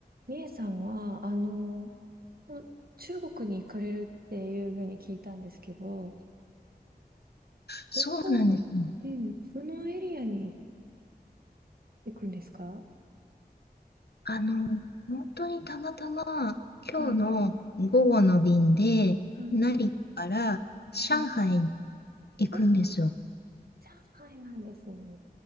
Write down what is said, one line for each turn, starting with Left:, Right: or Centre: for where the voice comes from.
Right: みえさんは、あの、この中国に行かれるっていうふうに聞いたんですけど、
Left: そうなんですよ。
Right: どこ、うん、どのエリアに行くんですかは
Left: あの、本当にたまたま今日の午後の便で、
Right: い、はい、
Left: 成田から上海に
Right: はい。
Left: 行くんですよ。
Right: ああ、上海なんですね。